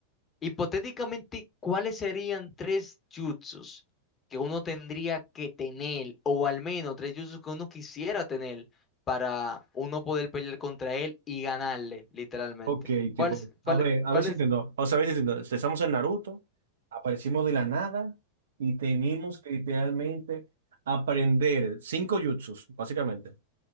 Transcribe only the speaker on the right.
Ok,
tipo,
a ver, a
ver si entiendo. O sea, a ver si entiendo. Empezamos en Naruto, aparecimos de la nada y tenemos que literalmente aprender cinco jutsus, básicamente,